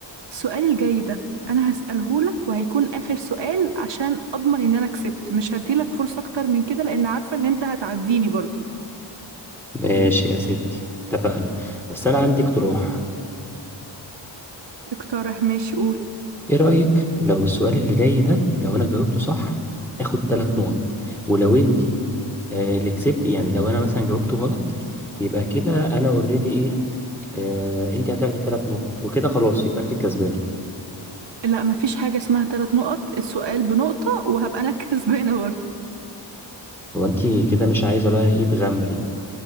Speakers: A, on the right; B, in the centre.
A: السؤال الجاي ده أنا هسأله لك وهيكون آخر سؤال عشان أضمن إن أنا كسبت مش هديلك فرصة أكتر من كده لأن عارفة إن أنت هتعديني برضه
B: ماشي يا ستي اتفقنا بس انا عندي اقتراح
A: اقترح ماشي قول
B: ايه رأيك لو السؤال اللي جاي ده لو انا جاوبته صح اخد ثلاث نقط ولو انتي آه اللي كسبت يعني لو انا مثلا جاوبته غلط يبقى كده انا اوريدي ايه آه انتي هتاخدي ثلاث نقط وكده خلاص يبقى انتي كسبانة
A: لا مفيش حاجة اسمها تلات نقط السؤال بنقطة وهبقى أنا <laughs> كسبانة برضه
B: هو انتي كده مش عايزة بقى ايه تغامري